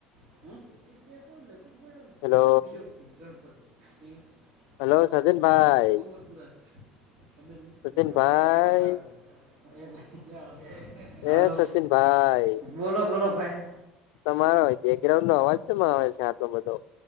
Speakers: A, on the right; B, on the left.
A: <unintelligible>
B: હેલો
A: ગણપત
B: હેલો સચિનભાઈ
A: ઉપરપુરા ખબર નહી
B: સચિનભાઈ
A: એના વ બીજાઠાક એરલા
B: એ
A: હલો
B: સચિનભાઈ
A: બોલો બોલો ભાઈ
B: તમારો બેકગ્રાઉન્ડ નો અવાજ ચમ આવે છે આટલો બધો